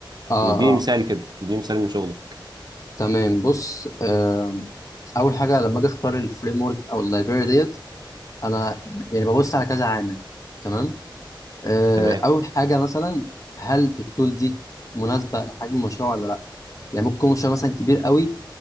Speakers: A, on the left (about 40°); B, on the right (about 55°).
A: اه
B: واديني
A: اه
B: مثال كده اديني مثال من شغلك
A: تمام بص آم، اول حاجه لما اجي اختار الفريم ورك او اللايبراري ديت انا يعني ببص على كذا عامل تمام آه،
B: تمام
A: اول حاجه مثلا هل التول دي مناسبه لحجم المشروع ولا لا يعني ممكن يكون مشروع مثلا كبير قوي